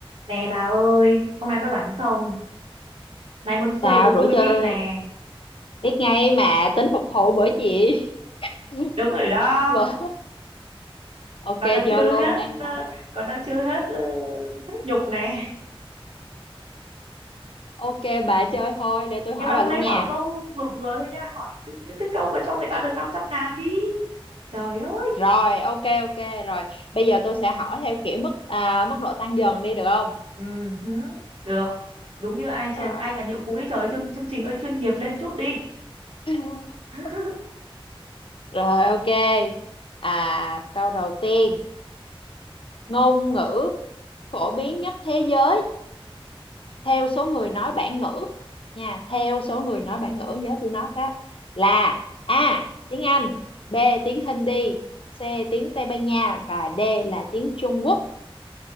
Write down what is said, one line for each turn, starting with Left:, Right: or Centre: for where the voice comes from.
Right: Nè bà ơi, hôm nay có rảnh không? Nay muốn chơi
Left: Sao
Right: đố
Left: rủ
Right: vui
Left: chơi
Right: tiếp nè.
Left: biết ngay mà tính phục thù bởi chị <laughs>
Right: Đúng rồi đó,
Left: Vợ. Ok
Right: còn đang
Left: chơi
Right: chưa
Left: luôn
Right: hết,
Left: đang tặng
Right: ờ, còn đang chưa hết ờ, hết nhục nè.
Left: Ok bà chơi thôi để tôi
Right: Nhưng
Left: hỏi
Right: mà
Left: bà
Right: hôm
Left: luôn
Right: nay hỏi
Left: nha
Right: câu vừa vừa thôi nha, hỏi cái- những cái câu mà cho người ta được năm trăm ngàn đi. Trời ơi,
Left: Rồi ok ok rồi Bây giờ tôi sẽ hỏi theo kiểu mức à, mức độ tăng dần đi được không
Right: ừ, hứ, được. Đúng như ai trên,
Left: Rồi
Right: anh là nhượng phú đi trời ơi, chương, chương trình ơi chuyên nghiệp lên chút đi.
Left: <laughs>
Right: <laughs>
Left: Rồi ok à, Câu đầu tiên Ngôn ngữ phổ biến nhất thế giới theo số người nói bản ngữ nha theo số người nói bản ngữ nhớ tôi nói đó là A tiếng Anh B tiếng Hindi C tiếng Tây Ban Nha và D là tiếng Trung Quốc